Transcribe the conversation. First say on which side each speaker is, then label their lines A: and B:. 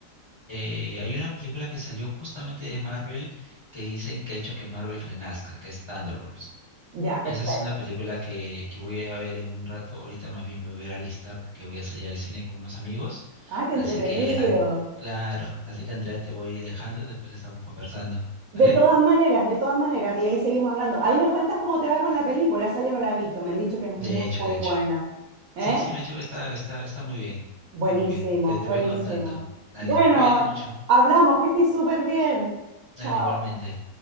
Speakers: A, on the left; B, on the right.
A: Eh, hay una película que salió justamente de Marvel que dicen que ha hecho que Marvel renazca, que es Thunderbolts.
B: Ya, perfecto.
A: Esa es una película que, que voy a ver en un rato. Ahorita más bien me voy a ir a alistar porque voy a salir al cine con unos amigos.
B: Ah, qué
A: Así
B: entretenido.
A: que, an- claro, así que Andrea te voy dejando y después estamos conversando,
B: De
A: ¿vale?
B: Ahí. todas maneras, de todas maneras, y ahí seguimos hablando. Ahí me cuentas cómo te va con la película, esa yo no la he visto, me han dicho que es muy,
A: De hecho,
B: muy
A: de hecho.
B: buena. ¿Eh?
A: Sí, sí, me he dicho que está, está, está muy bien.
B: Buenísimo,
A: Está muy bien. Te, te
B: buenísimo.
A: voy contando. Dale,
B: Bueno,
A: cuídate mucho.
B: hablamos, que estoy súper bien.
A: Dale,
B: Chao.
A: igualmente.